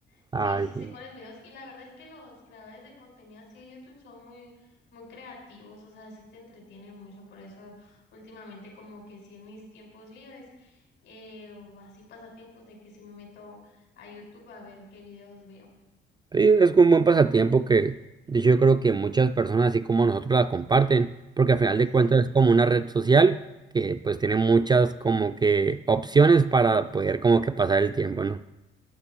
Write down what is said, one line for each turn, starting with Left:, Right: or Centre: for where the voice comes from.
Left: Sí,
Right: Ay,
Left: sí sé
Right: sí.
Left: cuáles videos. Y la verdad es que los creadores de contenido así de YouTube son muy, muy creativos, o sea, sí te entretienen mucho. Por eso últimamente como que sí en mis tiempos libres, eh, o así pasatiempos de que sí me meto a YouTube a ver qué videos veo.
Right: Sí, es un buen pasatiempo que de hecho yo creo que muchas personas así como nosotros la comparten, porque al final de cuentas
Left: Sí.
Right: es como una red social que pues tiene muchas como que opciones para poder como que pasar el tiempo, ¿no?